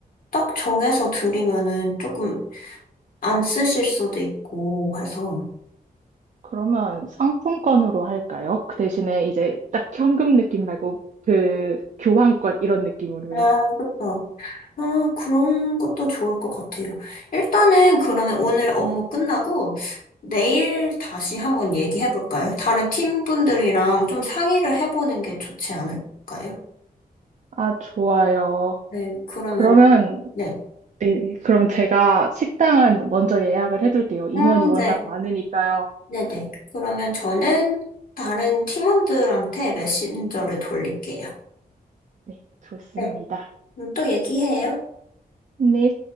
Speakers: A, on the left (about 60°); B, on the right (about 50°).
A: 딱 정해서 드리면은 조금 안 쓰실 수도 있고 해서.
B: 그러면 상품권으로 할까요? 그 대신에 이제 딱 현금 느낌 말고 그 교환권 이런 느낌으로요.
A: 아, 그쵸. 아, 그런 것도 좋을 것 같아요. 일단은 그러면 오늘 업무 끝나고 내일 다시 한번 얘기해 볼까요? 다른 팀분들이랑 좀 상의를 해보는 게 좋지 않을까요?
B: 아, 좋아요.
A: 네, 그러면,
B: 그러면,
A: 네.
B: 네, 그럼 제가 식당은 먼저 예약을 해둘게요. 인원이
A: 음,
B: 워낙
A: 네.
B: 많으니까요.
A: 네네. 그러면 저는 다른 팀원들한테 메신저를 돌릴게요.
B: 네, 좋습니다.
A: 네. 그럼 또 얘기해요.
B: 네,